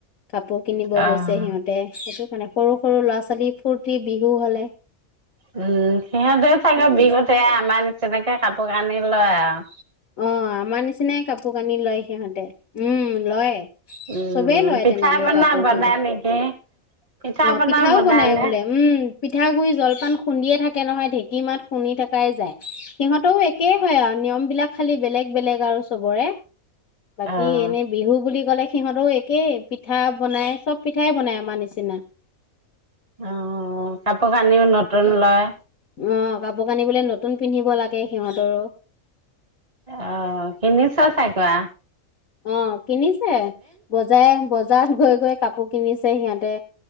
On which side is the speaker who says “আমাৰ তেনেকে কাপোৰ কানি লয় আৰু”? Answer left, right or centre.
Right